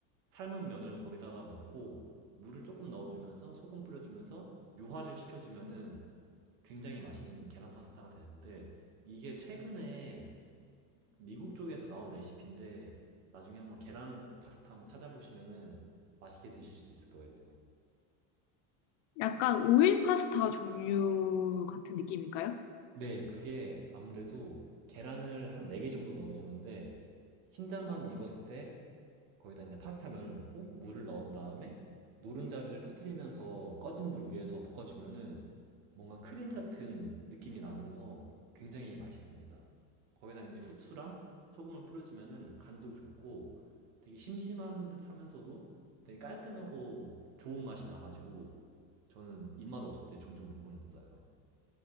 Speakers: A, on the right (about 85°); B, on the left (about 55°).
A: 삶은 면을 거기다가 넣고 물을 조금 넣어주면서 소금 뿌려주면서 묘화를 시켜주면은 굉장히 맛있는 계란 파스타가 되는데 이게 최근에 미국 쪽에서 나온 레시피인데 나중에 한번 계란 파스타 한번 찾아보시면은 맛있게 드실 수 있을 거예요.
B: 약간 오일 파스타 종류 같은 느낌일까요?
A: 네, 그게 아무래도 계란을 한 4개 정도 넣어주는데 흰자만 익었을 때 거기다 이제 파스타 면을 넣고 물을 넣은 다음에 노른자를 터트리면서 꺼진 불 위에서 볶아주면은 뭔가 크림 같은 느낌이 나면서 굉장히 맛있습니다. 거기다 이제 후추랑 소금을 뿌려주면은 간도 좋고 되게 심심한 듯 하면서도 되게 깔끔하고 좋은 맛이 나가지고 저는 입맛 없을 때 종종 먹곤 있어요.